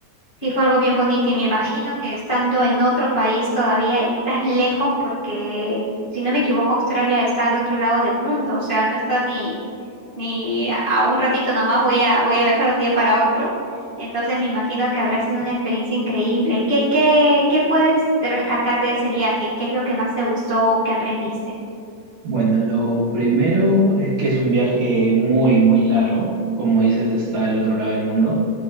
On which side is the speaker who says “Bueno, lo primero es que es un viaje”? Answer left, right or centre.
Right